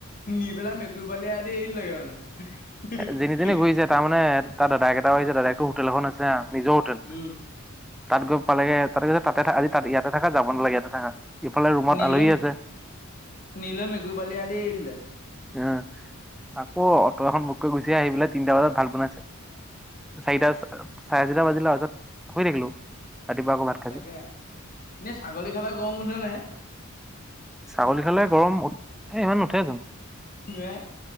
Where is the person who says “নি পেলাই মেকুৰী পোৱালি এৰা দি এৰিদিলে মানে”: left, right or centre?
Left